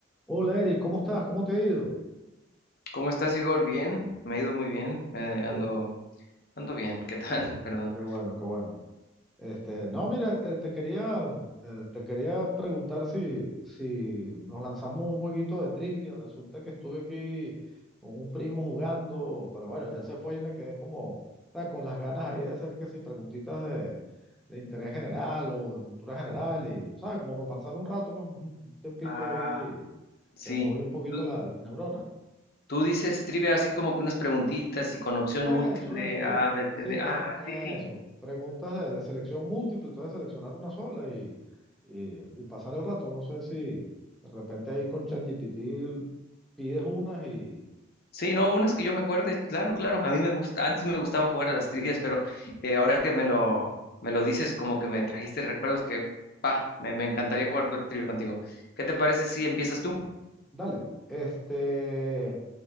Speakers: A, in the centre; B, on the left.
A: Hola Eric, ¿cómo estás? ¿Cómo te ha ido?
B: ¿Cómo estás, Igor? Bien, me ha ido muy bien, eh, ando,
A: Qué, bu-
B: ando bien, ¿qué tal? <laughs> Perdón.
A: qué bueno, qué bueno. Este, no, mira, eh, te quería, eh, te quería preguntar si, si nos lanzamos un jueguito de trivia. Resulta que estuve aquí con un primo jugando, pero bueno, ya se fue y me quedé como, ¿sabes? con las ganas ahí de hacer que si preguntitas de, de interés general o de cultura general y, ¿sabes? Como para pasar un rato, pues un tempito
B: Ah,
A: ahí
B: sí.
A: de mover un poquito
B: Tú,
A: la- las neuronas.
B: tú dices trivia así como que unas preguntitas y con opción múltiple,
A: Eso, eso,
B: A,
A: sí.
B: B,
A: Sí,
B: C, D.
A: pues
B: Ah,
A: eso.
B: sí, sí.
A: Preguntas de, de selección múltiple, entonces seleccionar una sola y, y, y pasar el rato. No sé si de repente ahí con ChatGPT pides unas y...
B: Sí, no, unas que yo me acuerde, claro, claro. A mí me gusta, antes me gustaba jugar a las trivias, pero eh, ahora que me lo, me lo dices, como que me trajiste recuerdos que, pa, me, me encantaría jugar con- trivia contigo. ¿Qué te parece si empiezas tú?
A: Dale. Este,